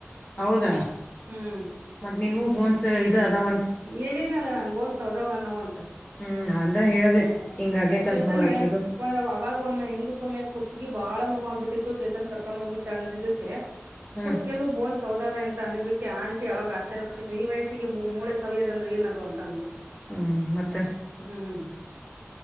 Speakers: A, on the left; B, on the right.
A: ಹೌದಾ.
B: ಹ್ಮ್
A: ಮತ್ ನಿಂಗೂ ಬೋನ್ಸ್ ಇದು ಅದವ.
B: ಹೇಳೇನಲ್ಲ ನನ್ ಬೋನ್ಸ್ ಸೌದವು ನನ್ನವು ಅಂತ.
A: ಹ್ಮ್ ಅಂದ್ರ ಹೇಳ್ದ
B: ಹ್ಮ್
A: ಹಿಂಗ ಆಗೇತಂತ್
B: ಚೇತನ್
A: ನೋಡ
B: ಹೇಳನ್
A: ಆಕಿದು.
B: ಒಂದ ಅವಾಗ ಒಮ್ಮೆ ಹಿಂದಕ್ಕ ಒಮ್ಮೆ ಕುತ್ಗಿ ಬಾಳ ನೋವಾಗಬಿಟ್ಟಿತ್ತು ಚೇತನ್ ಕರ್ಕೊಂಡ್ ಹೋಗಿದ್ದ ಅಂದ ಇದಕ್ಕೆ.
A: ಹ್ಮ್
B: ಕುತ್ ಕೆಲೂ ಬೋನ್ ಸೌದಾವೇ ಅಂತ ಅಂದಿದ್ದಕ್ಕೆ ಆಂಟಿ ಅವಾಗ ಆಶ್ಚ್ಯಪಟ್ಟಿದ್ರು ಈ ವಯಸಿಗೆ ಮೂಳೆ ಸವ್ಯದು ಅಂದ್ರೆ ಏನ ಅದು ಅಂತ. ತಂದು.
A: ಹ್ಮ್ ಮತ್ತೆ.
B: ಹ್ಮ್